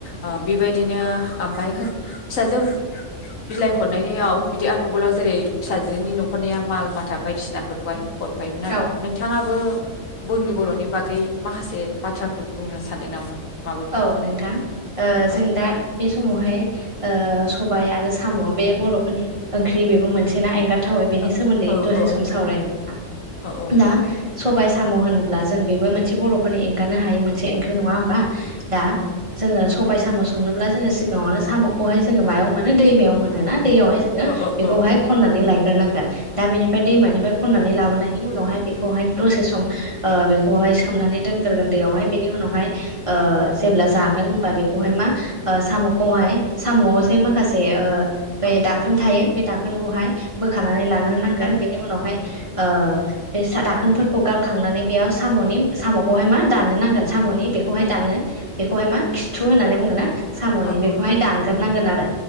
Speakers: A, on the left; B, on the right.
A: ओ बेबायदिनो <unintelligible> बिलाइ हरनायनियाव बिदि आतमगलाव जेरै फिसाजोनि न'खरनिया माल माथा बायदिसिनाफोरखौहाय हरफायोमोन आरो
B: औ
A: नोंथाङाबो बोंनि बर'नि बागै माखासे बाथ्राफोर बुंनो सानदों नामा? माबाफोर
B: औ नोंथां ओ
A: औ
B: जों दा बि समावहाय‌ ओ सबाय आरो साम' बे बर'फोरनि ओंख्रि बेबो मोनसेना एंगार थावै बेनि
A: औ
B: सोमोन्दै
A: औ
B: दसे
A: औ
B: सम सावराय ना
A: औ औ दे
B: दा सबायाइ साम' होनोब्ला जों बेबो मोनसे बर'फोरनि एंगारनो हि मोनसे ओंख्रि नङा होमबा? दा
A: औ
B: जोङो सब सबाय साम' संनोब्ला जोङो सिगाङावनो साम'खौहाय जोङो मायाव मोनो दैमायाव मोन ना? दैयावहाय जोङो
A: औ
B: बेखौहाय
A: औ
B: खनानै लाय ग्रोनांगोन दा बेनि दैमफ्राय खनानै लाबोनायनि उनावहाय बेखौहाय दसे सम ओ बेखौहाय सोमनानै दोनगोरगोन दैयावहाय बेनि उनावहाय ओ जेब्ला जागोन होनबा बेखौहाय मा ओ साम'खौहाय साम'आव जे माखासे ओ बे
A: औ
B: दाखोन थायो बे दाखोनखौहाय बोखानानै लाग्रोनांगोन बेनि उनावहाय ओ बे सा दोनखोनफोरखौ गारग्रो खांनानै बेयाव साम'नि साम'खौहाय मा दाननो नांगोन साम'नि बेख बेखौहाय दानो बेखौहाय मा खिथु होननानै बुङो ना साम'नि
A: औ
B: बेखौहाय
A: औ
B: दानग्रोनांगोन आरो